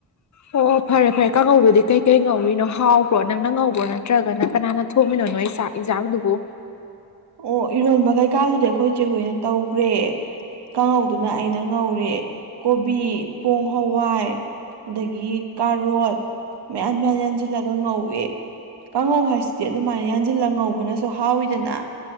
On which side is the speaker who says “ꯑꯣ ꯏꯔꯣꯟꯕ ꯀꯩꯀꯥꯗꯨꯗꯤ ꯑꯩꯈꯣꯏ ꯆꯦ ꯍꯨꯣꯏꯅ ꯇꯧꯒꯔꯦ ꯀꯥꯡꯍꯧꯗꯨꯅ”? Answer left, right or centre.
Right